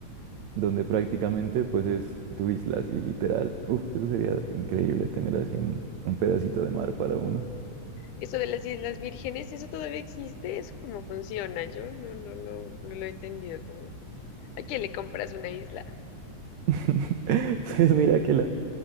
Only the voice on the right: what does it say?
donde prácticamente pues es tu isla, así literal. Uf, eso sería increíble tener así un, un pedacito de mar para uno.
<laughs> Pues mira que la,